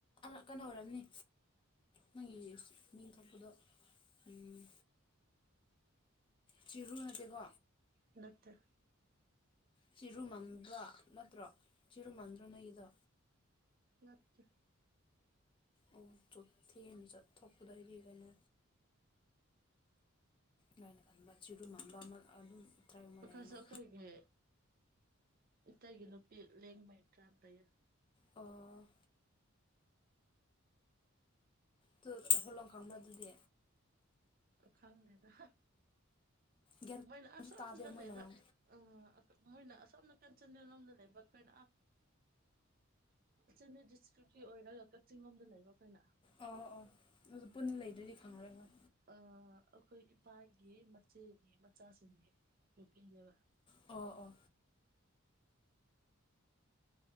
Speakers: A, on the left; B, on the right.
A: ꯑ ꯀꯩꯅꯣ ꯑꯣꯏꯔꯝꯅꯤ ꯅꯪꯒꯤ <unintelligible> ꯃꯤꯡ ꯊꯣꯛꯄꯗꯣ ꯎꯝ ꯆꯤꯔꯨ ꯅꯠꯇꯦꯀꯣ
B: ꯅꯠꯇꯦ
A: ꯆꯤꯔꯨꯃꯟꯕ꯭ꯔ ꯅꯠꯇ꯭ꯔꯣ ꯆꯤꯔꯨꯃꯟꯗ꯭ꯔꯣ ꯅꯣꯏꯒꯤꯗꯣ
B: ꯅꯠꯇꯦ
A: ꯑꯣ ꯆꯣꯠꯊꯦꯅ ꯆꯠꯊꯣꯛꯄꯗꯣ ꯑꯩꯗꯤ ꯀꯩꯅꯣ ꯂꯥꯏꯅ ꯈꯟꯕ ꯆꯤꯔꯨ ꯃꯥꯟꯕ ꯑꯃ ꯑꯗꯨꯝ ꯇ꯭ꯔꯥꯏꯕ ꯑꯃ
B: ꯑꯩꯈꯣꯏꯁꯨ
A: ꯂꯩꯌꯦꯅ
B: ꯑꯩꯈꯣꯏꯒꯤ ꯏꯇꯩꯒꯤ ꯅꯨꯄꯤ ꯂꯦꯡꯃꯩ ꯇ꯭ꯔꯥꯏꯞ ꯂꯩꯌꯦ
A: ꯑꯣ ꯇꯨ ꯑꯈꯣꯏ ꯂꯣꯟ ꯈꯪꯕ꯭ꯔꯥ ꯑꯗꯨꯗꯤ
B: ꯈꯪꯗꯦꯗ
A: ꯒ꯭ꯌꯥꯟ
B: ꯃꯣꯏꯅ ꯑꯁꯣꯝꯗ
A: ꯁꯨ ꯇꯥꯗꯦ ꯃꯣꯏꯅ
B: ꯂꯩꯕ
A: ꯑꯣ
B: ꯑꯥ ꯃꯣꯏꯅ ꯑꯁꯣꯝ ꯅꯥꯀꯟ ꯆꯟꯗꯦꯜ ꯂꯣꯝꯗ ꯂꯩꯕ ꯑꯩꯈꯣꯏꯅ ꯆꯥꯟꯗꯦꯜ ꯗꯤꯁꯇ꯭ꯔꯤꯛꯀꯤ ꯑꯣꯏꯔꯒ ꯀꯛꯆꯤꯡ ꯂꯣꯝꯗ ꯂꯩꯕ ꯑꯈꯣꯏꯅ
A: ꯑꯣ ꯑꯣ ꯑꯗꯨ ꯄꯨꯟꯅ ꯂꯩꯗ꯭ꯔꯗꯤ ꯈꯪꯉꯔꯣꯏ ꯍꯣꯏ
B: ꯑ ꯑꯩꯈꯣꯏ ꯏꯄꯥꯒꯤ ꯃꯆꯦꯒꯤ ꯃꯆꯥꯁꯤꯡꯒꯤ ꯅꯨꯄꯤꯅꯦꯕ
A: ꯑꯣ ꯑꯣ